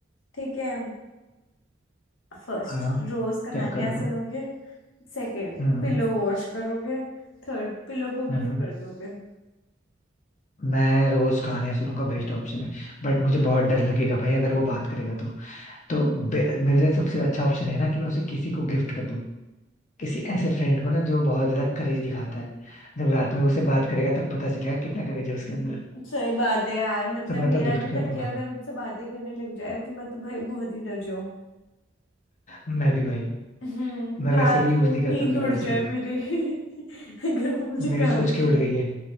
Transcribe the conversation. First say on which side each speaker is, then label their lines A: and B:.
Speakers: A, on the left (about 80°); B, on the left (about 40°).
A: ठीक है फर्स्ट
B: हाँ
A: रोज कहानियां
B: क्या करूँगा
A: सुनोगे सेकंड
B: हम्म
A: पिलो वॉश करोगे थर्ड पिलो को
B: हम्म
A: गिफ्ट कर दोगे
B: मैं रोज खाने सुनूंगा बेस्ट ऑप्शन है बट मुझे बहुत डर लगेगा भाई अगर वो बात करेगा तो तो बे- मेरे लिए सबसे अच्छा ऑप्शन है ना कि मैं उसे किसी को गिफ्ट कर दूं किसी ऐसे फ्रेंड को ना जो बहुत ज्यादा करेज दिखाता है जब रात में उसे बात करेगा तब पता चलेगा कितना करेज है उसके अंदर
A: सही बात है यार मतलब
B: तो मैं
A: मेरा
B: तो गिफ्ट
A: भी
B: कर
A: तकिया
B: दूंगा
A: अगर मुझसे बातें करने लग जाए तो मैं तो भाई बहुत ही डर जाऊं
B: मैं भी भाई
A: हम्म
B: मैं वैसे
A: रात
B: भी यूज
A: को
B: नहीं करता
A: नींद
B: पिलो
A: उड़
B: ऐसे
A: जाए
B: भी
A: मेरी <laughs> अगर वो मुझे
B: मेरी
A: कहानी
B: सोच
A: सुनाए
B: के उड़ गई है